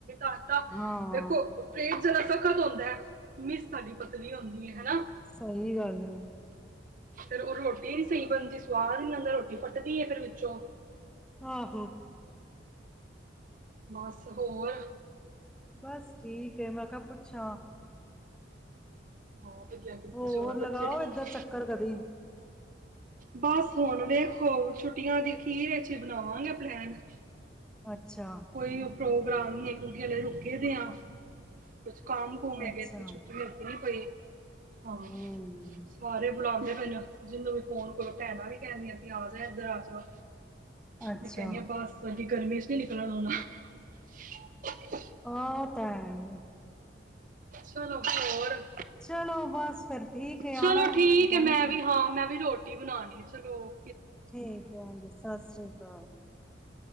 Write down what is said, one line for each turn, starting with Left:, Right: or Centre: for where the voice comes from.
Right: ਆਟਾ
Centre: ਹਾਂ
Right: ਦੇਖੋ ਜ਼ਰਾ ਸਖਤ ਹੁੰਦਾ ਮਿਸ ਸਾਡੀ ਪਤਲੀ ਹੁੰਦੀ ਹੈ, ਹਨਾ।
Centre: ਸਹੀ ਗੱਲ ਹੈ
Right: ਫੇਰ ਰੋਟੀ ਨੀ ਸਹੀ ਬਣਦੀ, ਸਵਾਦ ਨੀ ਆਂਦਾ, ਰੋਟੀ ਫੱਟਦੀ ਹੈ, ਫੇਰ ਵਿੱਚੋਂ
Centre: ਆਹੋ।
Right: ਬਸ ਹੋਰ
Centre: ਬਸ ਠੀਕ ਮੈਂ ਕਿਹਾਂ ਪੁੱਛਾਂ।
Right: ਹਾਂ ਵਧੀਆ ਕੀਤਾ
Centre: ਹੋਰ
Right: ਜੀ
Centre: ਲਗਾਓ
Right: ਬੱਚੇ ਠੀਕ-
Centre: ਏਧਰ ਚੱਕਰ ਕਦੀਂ।
Right: ਬਸ ਹੁਣ ਵੇਖੋ ਛੁੱਟੀਆਂ ਦੀ ਅਖੀਰ ਵਿੱਚ ਹੀ ਬਣਾਵਾਂਗੇ ਪਲੈਨ।
Centre: ਅੱਛਾ।
Right: ਕੋਈ ਪ੍ਰੋਗਰਾਮ ਨੀਂ ਹੈਂ। ਕਿਉਂਕਿ ਹਲੇ ਰੁਕੇ ਦੇ ਆ ਕੁਛ ਕੰਮ ਕੂਮ ਹੈਗੇ
Centre: ਅੱਛਾ
Right: ਸੀ। ਛੁੱਟੀ ਮਿਲ਼ਦੀ ਨੀਂ ਪਈ। ਹਾਂ,
Centre: ਹਮ
Right: ਸਾਰੇ ਬੁਲਾਉਂਦੇ ਫਿਰ ਜਿਹਨੂੰ ਵੀ ਫ਼ੋਨ ਕਰੋਂ ਭੈਣਾਂ ਵੀ ਕਹਿੰਦੀਆਂ ਵੀ ਆ ਜਾਂ ਇੱਧਰ ਆ ਜਾਂ।
Centre: ਅੱਛਾ
Right: ਮੈਂ ਕਹਿਣੀ ਆ ਬਸ ਅਡੀ ਗਰਮੀ ਚ ਨੀਂ ਨਿਕਲਣ ਹੋਣਾਂ। <inaudible>
Centre: ਉਹ ਤਾਂ ਹੈ।
Right: ਚਲੋਂ ਹੋਰ।
Centre: ਚਲੋ ਬਸ ਫ਼ਿਰ ਵੀ ਠੀਕ
Right: ਚਲੋ
Centre: ਆਉਣਾਂ
Right: ਠੀਕ
Centre: ਦੁਬਾਰਾ
Right: ਹੈ ਮੈਂ
Centre: ਚ।
Right: ਵੀ ਹਾਂ ਮੈਂ ਵੀ ਰੋਟੀ ਬਣਾਉਂਣੀ ਆ ਚਲੋਂ।
Centre: ਠੀਕ ਆ ਜੀ। ਸਤਿ ਸ਼੍ਰੀ ਅਕਾਲ। ਤਾਂ